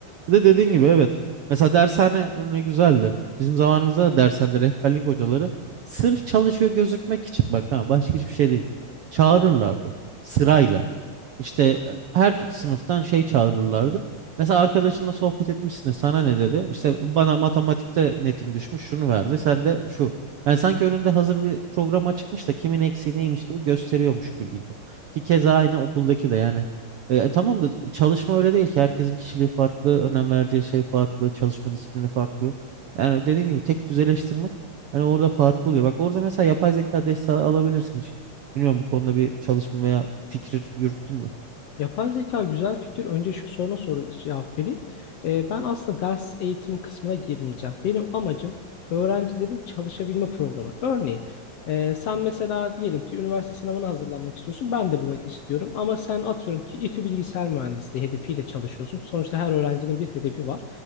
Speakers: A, on the right; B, on the left.
A: bir de dediğin gibi evet. Mesela dershane örneği güzeldi. Bizim zamanımızda da dershanede rehberlik hocaları sırf çalışıyor gözükmek için bak ha başka hiçbir şey değil. Çağırırlardı sırayla. İşte e, her sınıftan şey çağırırlardı. Mesela arkadaşınla sohbet etmişsin de sana ne dedi? İşte bana matematikte netim düşmüş şunu verdi. Sen de şu. Yani sanki önünde hazır bir program açıkmış da kimin eksiği neymiş gibi gösteriyormuş gibiydi. Ki keza aynı okuldaki de yani. E, tamam da çalışma öyle değil ki. Herkesin kişiliği farklı, önem vereceği şey farklı, çalışma disiplini farklı. Yani dediğin gibi tek düzeleştirmek hani orada farklı oluyor. Bak orada mesela yapay zeka desteği alabilirsin hiç. Bilmiyorum bu konuda bir çalışma veya fikir yürüttün mü?
B: Yapay zeka güzel fikir. Önce şu soruna soru cevap vereyim. Ee, ben aslında ders eğitim kısmına girmeyeceğim. Benim amacım öğrencilerin çalışabilme programı. Örneğin e, sen mesela diyelim ki üniversite sınavına hazırlanmak istiyorsun. Ben de bunu istiyorum. Ama sen atıyorum ki İTÜ Bilgisayar Mühendisliği hedefiyle çalışıyorsun. Sonuçta her öğrencinin bir hedefi var.